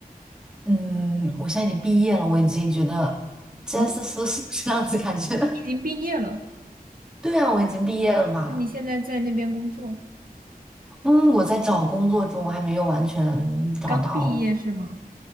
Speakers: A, in the centre; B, on the right.
A: 嗯，我现在已经毕业了，我已经觉得 just
B: 哦，
A: so so 这样子感觉。
B: 你已经毕业了，
A: <laughs> 对啊，我已经毕业了嘛。
B: 那你现在在那边工作，
A: 嗯，我在找工作中，我还没有完全找到。
B: 刚毕业是吗？